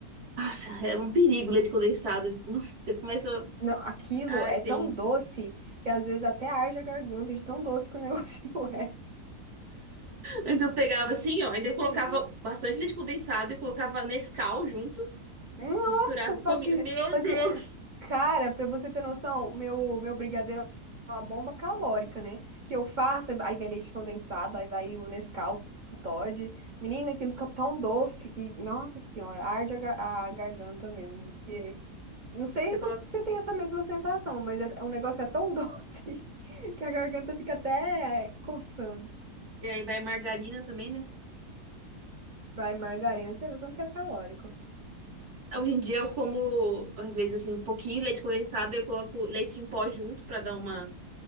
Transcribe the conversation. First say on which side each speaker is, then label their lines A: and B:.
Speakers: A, on the right; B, on the right.
A: Nossa, é um perigo o leite condensado. Nossa, você começa.
B: Não, aquilo
A: Ah,
B: é
A: que delícia.
B: tão doce que às vezes até arde a garganta de tão doce que o negócio <laughs>
A: Então eu pegava assim, ó, ainda eu colocava
B: é.
A: bastante leite condensado e colocava Nescau junto,
B: Nossa,
A: misturava
B: fazia,
A: comida. Meu
B: fazia...
A: Deus!
B: Cara, pra você ter noção, meu, meu brigadeiro é uma bomba calórica, né? Que eu faço, aí vai leite condensado, aí vai o Nescau, o Toddy. Menina, aquilo fica tão doce que, nossa senhora, arde a, gar- a garganta mesmo. E não sei
A: Você coloca...
B: se você tem essa mesma sensação, mas é, é, o negócio é tão <laughs> doce que a garganta fica até é, coçando.
A: E aí vai margarina também, né?
B: Vai, margarina, você vê o tanto que é calórico.
A: Hoje em dia eu como, às vezes, assim, um pouquinho de leite condensado, eu coloco leite em pó junto pra dar uma.